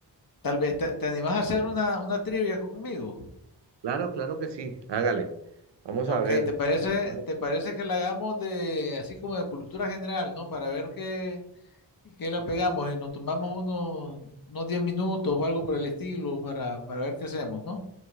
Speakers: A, on the left; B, on the right.
A: tal vez te, te animás a hacer una, una trivia conmigo.
B: Claro, claro que sí, hágale. Vamos a
A: Ok,
B: ver.
A: ¿te parece,
B: Vale,
A: te parece que la hagamos de así como de cultura general, ¿no? Para ver qué que la pegamos y nos tomamos unos, unos 10 minutos o algo por el estilo para, para ver qué hacemos, ¿no?